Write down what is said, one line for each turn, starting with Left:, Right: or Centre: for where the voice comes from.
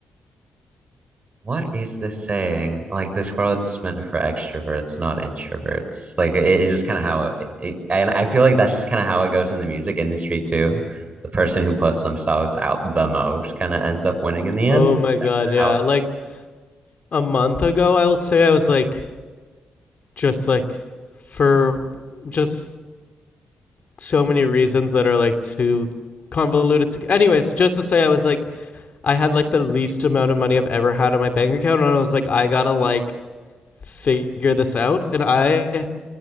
Right: What is the saying? Like this world's meant for extroverts, not introverts. Like it, it's just kind of how it, it, and I feel like that's just kind of how it goes in the music industry too. The person who puts themselves out the most kind of ends up winning in the end.
Left: Oh my god, yeah.
Right: How it,
Left: Like a month ago I will say I was like just like for just so many reasons that are like too convoluted to anyways, just to say I was like I had like the least amount of money I've ever had on my bank account and I was like I got to like figure this out and I